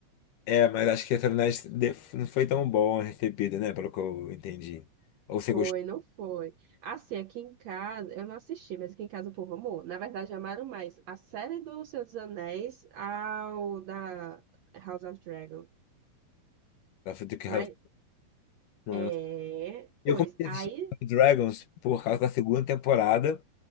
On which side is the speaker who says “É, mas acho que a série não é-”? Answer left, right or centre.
Left